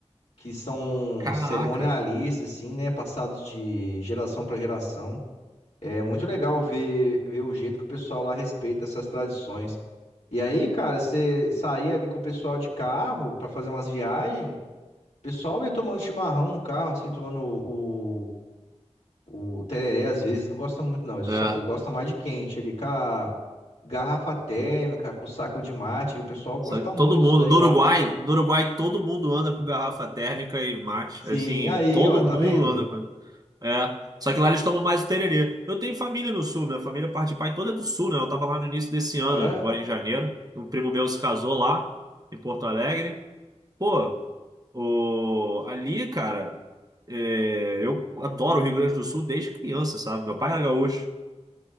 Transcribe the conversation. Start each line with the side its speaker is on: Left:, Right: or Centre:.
Left: que são
Right: Caraca.
Left: cerimonialistas, assim, né? Passados de geração para geração. É muito legal ver, ver o jeito que o pessoal lá respeita essas tradições. E aí, cara, você saía ali com o pessoal de carro para fazer umas viagens, o pessoal ia tomando chimarrão no carro, assim, tomando o, O tereré, às vezes, não gostam muito, não. Eles
Right: É.
Left: são, eu gosto mais de quente. Ele com a garrafa térmica, com o saco de mate. O pessoal gosta
Right: Só que
Left: muito
Right: todo mundo,
Left: disso daí
Right: no
Left: lá.
Right: Uruguai, no Uruguai todo mundo anda com garrafa térmica e mate.
Left: Sim,
Right: Assim,
Left: aí,
Right: todo
Left: ó,
Right: mundo
Left: tá vendo?
Right: anda com. É. Só que lá eles tomam mais o tererê. Eu tenho família no sul, minha família parte de pai toda é do sul, né? Eu tava lá no início desse
Left: Ah,
Right: ano,
Left: é?
Right: agora em janeiro. Um primo meu se casou lá, em Porto Alegre. Pô, o... ali, cara, é, eu adoro o Rio Grande do Sul desde criança, sabe? Meu pai era gaúcho.